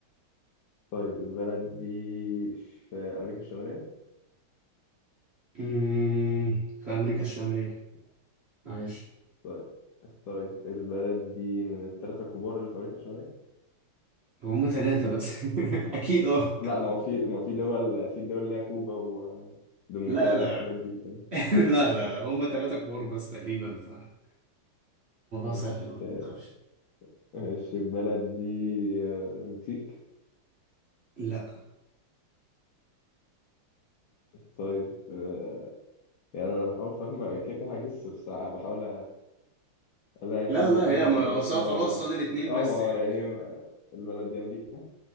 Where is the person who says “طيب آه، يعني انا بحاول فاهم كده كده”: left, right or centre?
Left